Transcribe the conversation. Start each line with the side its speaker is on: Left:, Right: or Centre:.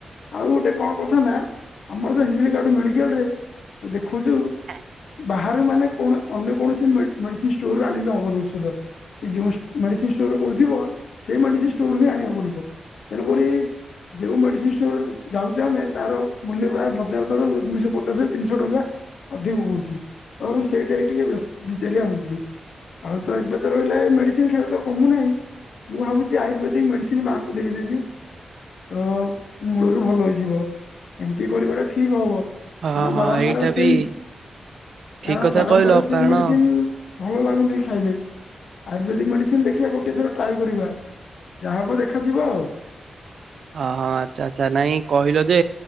Left: ଆଉ ଗୋଟେ କଣ କଥା ନା ଆମର ହିଞ୍ଜିଳିକାଟୁ ମେଡିକାଲ୍ ରେ ଦେଖୁଛୁ
Right: <inaudible>
Left: ବାହାରୁ ମାନେ କୌ ଅନ୍ୟ କୌଣସି ମେଡିସିନ ଷ୍ଟୋରୁ ଆଣିଲେ ହବନି ଔଷଧ। ଯୋଉ ମେଡିସିନ ଷ୍ଟୋର କହୁଥିବ ସେଇ ମେଡିସିନ ଷ୍ଟୋର ହିଁ ଆଣିବାକୁ ପଡିବ ତେଣୁକରି ଯୋଉ ମେଡିସିନ ଷ୍ଟୋର ଯାଉଛେ ଆମେ ତାର ମୂଲ୍ୟ ପ୍ରାୟ ବଜାର ଦର ରୁ ଦୁଇଶହ ପଚାଶ, ତିନିଶହ ଟଙ୍କା ଅଧିକ ହଉଛି ଏବଂ ସେଇଟା ହୀ ଟିକେ ବିଜେଡ଼ିଆ ହଉଛି। ଆଉ ତ ଏବେ ତ ରହିଲା ଏ ମେଡିସିନ ଖାଇଲେ ତ କମୁନାହିଁ। ମୁଁ ଭାବୁଛି ଆୟୁର୍ବେଦିକ ମେଡିସିନ ମାଙ୍କୁ ଦେଇଦେବି। ତ ମୂଳରୁ ଭଲ ହେଇଯିବ ଏମିତି କରିବାଟା ଠିକ ହବ।
Right: ହଁ
Left: କାରଣ
Right: ହଁ
Left: ବାରମ୍ବାର
Right: ଏଇଟା
Left: ସେମ୍
Right: ବି ଠିକ
Left: କାରଣ
Right: କଥା
Left: ବାରମ୍ବାର
Right: କହିଲ
Left: ସେଇ
Right: କାରଣ
Left: ମେଡିସିନ୍ ଭଲ ଲାଗୁନି ଖାଇଲେ ଆୟୁର୍ବେଦିକ୍ ମେଡ଼ିସିନ୍ ଦେଖିବା ଗୋଟେ ଥର ଟ୍ରାଏ କରିବା। ଯାହା ହବ ଦେଖାଯିବ ଆଉ।
Right: ଓ ହଁ ଆଚ୍ଛା ଆଚ୍ଛା ନାଇଁ କହିଲ ଯେ